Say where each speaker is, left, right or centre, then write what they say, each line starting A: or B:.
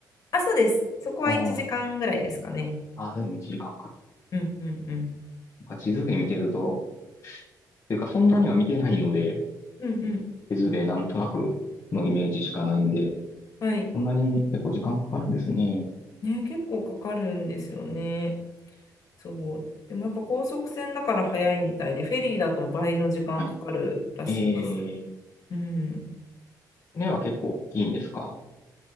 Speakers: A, on the left; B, on the left.
A: あ、そうです。そこは1時間ぐらいですかね。
B: あーあー、でも時間かんか。
A: うんうんうん。
B: なんか地図で見てると、というかそんなには見てないので、
A: うんうん。
B: 地図でなんとなくのイメージしかないんで、
A: はい。
B: そんなに結構時間かかるんですね。
A: ね、結構かかるんですよね。そう。でもやっぱ高速船だから早いみたいで、フェリーだと倍の時間かかるらしいです。
B: はい。えー、
A: うん。
B: 船は結構大きいんですか